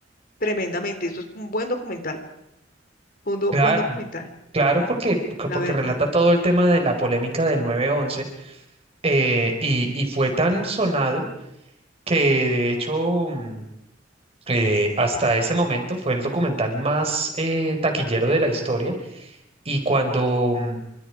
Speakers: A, on the left; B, on the right.
A: Tremendamente, eso es un buen documental, un do-
B: Claro,
A: buen documental,
B: claro,
A: la
B: porque, porque
A: la
B: porque
A: verdad.
B: relata todo el tema de la polémica del 9-11 eh, y, y fue tan sonado que de hecho... mm, eh, hasta ese momento fue el documental más eh, taquillero de la historia y cuando, mm,